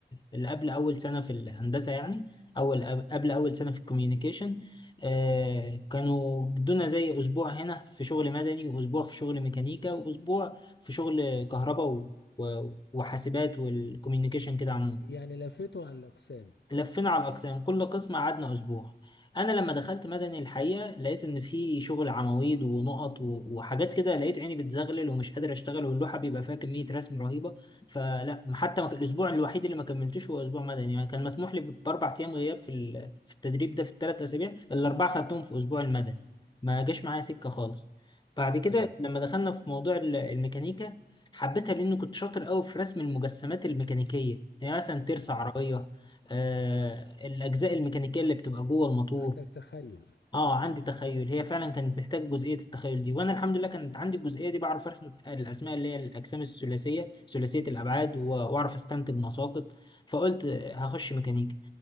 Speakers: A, on the left; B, on the left.
A: اللي قبل اول سنه في الهندسه يعني اول قبل اول سنه في الكوميونيكيشن آه كانوا ادونا زي اسبوع هنا في شغل مدني واسبوع في شغل ميكانيكا واسبوع في شغل كهرباء و- و- وحاسبات والكوميونيكيشن كده عموما
B: يعني لفيته على الاقسام
A: لفينا على الأقسام كل قسم قعدنا أسبوع أنا لما دخلت مدني الحقيقة لقيت إن في شغل عواميد ونقط و- وحاجات كده لقيت عيني بتزغلل ومش قادر أشتغل واللوحة بيبقى فيها كمية رسم رهيبة فلا حتى ما ك- الأسبوع الوحيد اللي ما كملتوش هو أسبوع مدني يعني كان مسموح لي ب- بأربع أيام غياب في ال- في التدريب ده في الثلاث أسابيع الأربعة خدتهم في أسبوع المدني ما جاش معايا سكة خالص بعد كده
B: تمام
A: لما دخلنا في موضوع ال- الميكانيكا حبيتها لأني كنت شاطر قوي في رسم المجسمات الميكانيكية يعني مثلا ترس
B: مم.
A: عربية آه، الأجزاء الميكانيكية اللي بتبقى جوه الموتور
B: عندك تخيل
A: اه عندي تخيل هي فعلا كانت محتاج جزئيه التخيل دي وانا الحمد لله كانت عندي الجزئيه دي بعرف ارسم الاسماء اللي هي الاجسام الثلاثيه ثلاثيه الابعاد و- واعرف استنتج مساقط فقلت هخش ميكانيكا